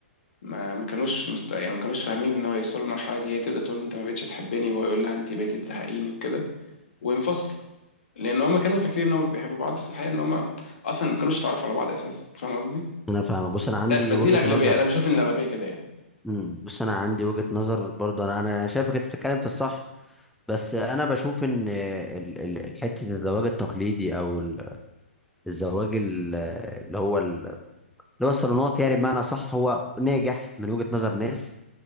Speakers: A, on the left (about 65°); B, in the centre.
A: ما ما كانوش مست... يعني ما كانوش فاهمين ان هو يوصل للمرحله دي هي تبدا تقول له انت ما بقتش تحبني وهو يقول لها انت بقيتي تزهقيني وكده وينفصلوا لان هم كانوا فاكرين ان هم بيحبوا بعض بس الحقيقه ان هم اصلا ما كانوش يتعرفوا على بعض اساسا فاهم قصدي
B: انا فاهم بص انا عندي
A: ده بس
B: وجهة
A: دي الاغلبيه
B: نظر
A: انا بشوف ان الاغلبيه كده يعني
B: امم بص انا عندي وجهة نظر برضه انا انا شايفك انت بتتكلم في الصح بس انا بشوف ان ال- ال- حته الزواج التقليدي او ال- الزواج ال- اللي هو ال- اللي هو الصالونات يعني بمعنى صح هو ناجح من وجهة نظر ناس